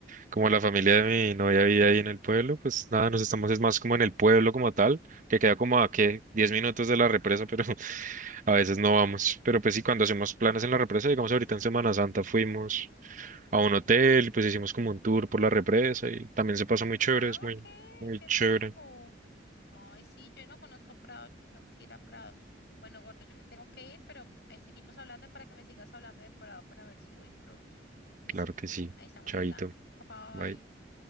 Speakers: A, on the right (about 45°); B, on the left (about 65°).
A: Como la familia de mi novia vive ahí en el pueblo, pues nada, nos estamos es más como en el pueblo como tal, que queda como a qué, 10 minutos de la represa, pero <laughs>
B: Ah,
A: a veces no vamos. Pero pues sí, cuando hacemos planes en la represa, digamos ahorita en Semana Santa fuimos a un hotel y pues hicimos como un tour por la represa y también se pasó muy chévere,
B: ah,
A: es muy,
B: ok,
A: muy
B: qué
A: chévere.
B: rico. Ay, sí, yo no conozco Prado, tengo que ir a Prado. Bueno, gordo, yo me tengo que ir, pero ahí seguimos hablando para que me sigas hablando de Prado para ver si voy pronto. Un besito,
A: Claro que sí,
B: ahí estamos
A: chaito,
B: hablando. Bye
A: bye.
B: bye.